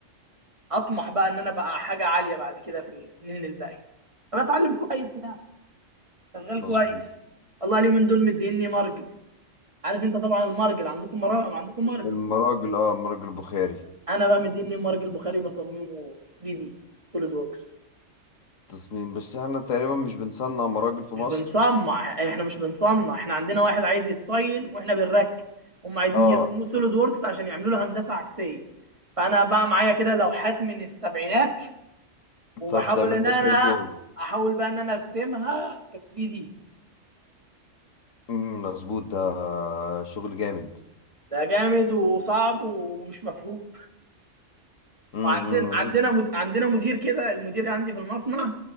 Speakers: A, on the right; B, on the left.
A: اطمح بقى ان انا بقى حاجه عاليه بعد كده في السنين الباقيه فبتعلم كويس يعني شغال
B: مظبوط
A: كويس والله اليومين دول مديني مرجل عارف انت طبعا المرجل عندكم مرجل عندكم مرجل
B: المراجل اه المراجل البخاري
A: انا بقى مديني مرجل بخاري بصممه 3 دي سوليد ووركس
B: تصميم بس احنا تقريبا مش بنصنع مراجل في
A: مش
B: مصر
A: بنصنع احنا مش بنصنع احنا عندنا واحد عايز يتصيد واحنا بنركب هم عايزين
B: اه
A: يرسموه سوليد ووركس عشان يعملوا له هندسه عكسيه فانا بقى معايا كده لوحات من السبعينات وبحاول
B: فبتعمل
A: ان
B: لها
A: انا
B: صدور
A: احاول بقى ان انا ارسمها ك 3 دي
B: مم، مظبوط ده شغل جامد
A: ده جامد وصعب ومش مفهوم
B: امم
A: وعندنا عندنا مد... عندنا مدير كده المدير عندي في المصنع